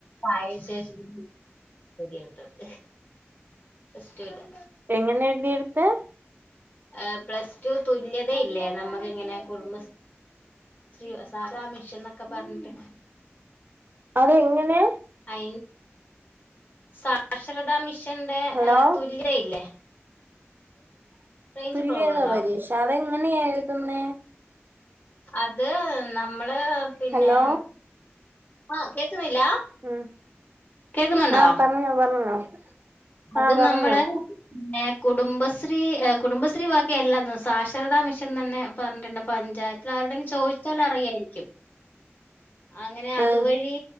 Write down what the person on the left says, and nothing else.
പ്പായേന്ശേഷം എട്ത്തത് ഫസ്റ്റായിട്ട്
ഏഹ് പ്ലസ് ടു തുല്യതയില്ലേ നമ്മക്കിങ്ങനെ കുടുംമ്പസ് സ്രി സാധാമിഷൻന്നൊക്കെ പറഞ്ഞ്ട്ട്.
അയ് സാക്ഷരതാ മിഷന്റെ
ഏഹ് തുല്യതയില്ലേ? റേഞ്ച്
പ്രോബ്ലം ഉണ്ടോ
അത് നമ്മള് പിന്നെ
ആഹ് കേക്കുന്നില്ല?
കേക്കുന്നുണ്ടോ
അത്
നമ്മള്. ന്നെ കുടുംബശ്രീ ഏഹ് കുടുംബശ്രീ ബാക്കിയെ എല്ലാര്ന്ന് സാക്ഷരതാ മിഷൻ തന്നെ പർഞ്ഞ്ട്ട്ണ്ട് പഞ്ചായ ത്താരോട്ക്കെ ചോയ്ച്ചാലറയായിരിക്കും അങ്ങനെ അതുവഴി.